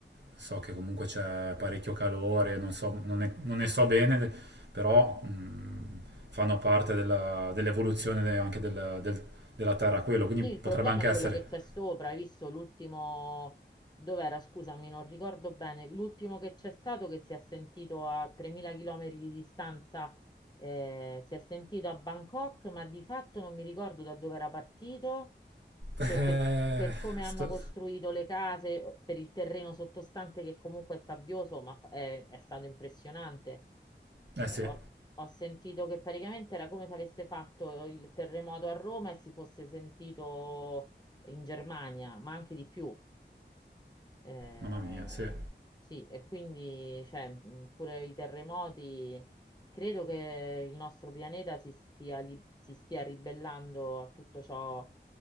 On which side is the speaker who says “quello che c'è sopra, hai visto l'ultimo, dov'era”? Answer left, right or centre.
Left